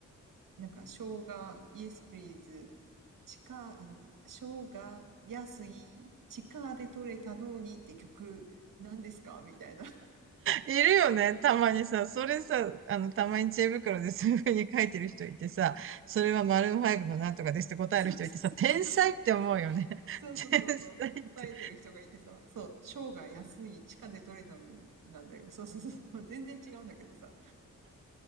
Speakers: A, on the right (about 75°); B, on the right (about 40°).
A: なんか、生姜、イエスプリーズ地下、生姜、安い、地下で取れたのにって曲、何ですかみたいな。<laughs>
B: いるよね。たまにさ、それさ、あの、たまに知恵袋で <laughs> そういう風に書いてる人いてさ、それはマルーンファイブのなんとかですって答える人いてさ、
A: そうそうそうそう。
B: 天才って思うよね。
A: そうそうそうそう。
B: <laughs> 天才って
A: こさえてる人がいてさ、そう、生姜安い、地下で取れたのになんだよ。そうそうそう。全然違うんだけどさ。